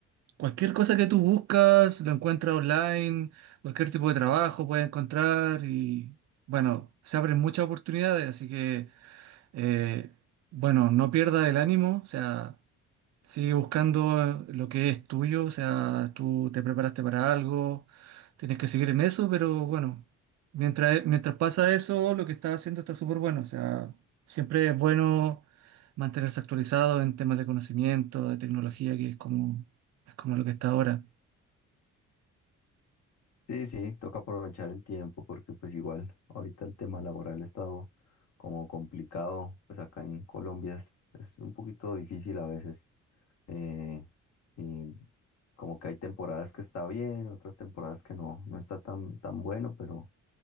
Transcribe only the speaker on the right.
Cualquier cosa que tú buscas, lo encuentras online, cualquier tipo de trabajo puedes encontrar y bueno, se abren muchas oportunidades, así que eh, bueno, no pierdas el ánimo, o sea, Sí, buscando eh, lo que es tuyo, o sea, tú te preparaste para algo, tienes que seguir en eso, pero bueno, mientras, mientras pasa eso, lo que estás haciendo está súper bueno, o sea, siempre es bueno mantenerse actualizado en temas de conocimiento, de tecnología, que es como, es como lo que está ahora.